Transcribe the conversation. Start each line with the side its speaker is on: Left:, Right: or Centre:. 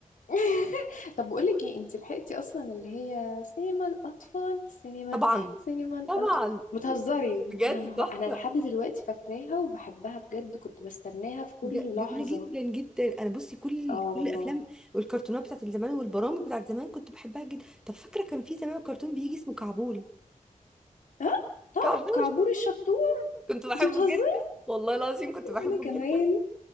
Left: <laughs> طب بقول لك ايه انت لحقتي اصلا اللي هي سينما الاطفال سينما
Centre: طبعا
Left: سينما الاطفال
Centre: طبعا
Left: بتهزري
Centre: بجد
Left: يا نهار
Centre: تحفه
Left: انا لحد دلوقتي فاكراها وبحبها بجد كنت بستناها في كل
Centre: بج- جميلة
Left: لحظة
Centre: جدا جدا انا بصي كل
Left: اه
Centre: كل
Left: والله
Centre: الافلام والكرتونات بتاعت زمان والبرامج بتاعت زمان كنت بحبها جدا طب فاكره كان في زمان كرتون بيجي اسمه كعبول
Left: ها طبعا
Centre: كعبول
Left: كعبور الشطور
Centre: كنت بحبه
Left: انت بتهزري
Centre: جدا والله العظيم كنت
Left: <laughs>
Centre: بحبه
Left: وانا كمان
Centre: جدا